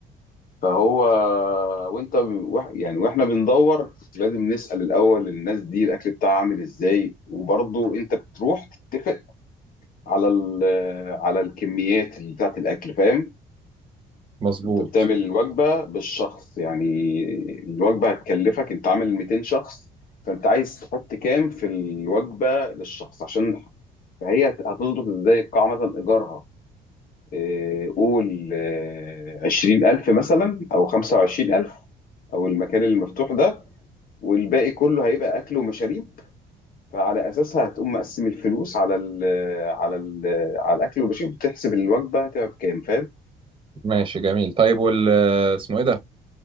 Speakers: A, on the left (about 55°); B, on the right (about 30°).
A: فهو وانت ب- وإح- يعني واحنا بندور لازم نسأل الاول الناس دي الاكل بتاعها عامل ازاي وبرضه انت بتروح تتفق على ال- على الكميات اللي بتاعت الاكل فاهم
B: مظبوط
A: انت بتعمل الوجبة بالشخص يعني الوجبة هتكلفك انت عامل 200 شخص فانت عايز تحط كام في الوجبة للشخص عشان فهي هت- هتظبط ازاي القاعة مثلا ايجارها آه، قول آه، عشرين ألف مثلا أو خمسة وعشرين ألف أو المكان المفتوح ده والباقي كله هيبقى أكل ومشاريب فعلى أساسها هتقوم مقسم الفلوس على ال على ال على الأكل والمشاريب وتحسب الوجبة هتبقى بكام فاهم؟
B: ماشي جميل طيب وال آه، اسمه إيه ده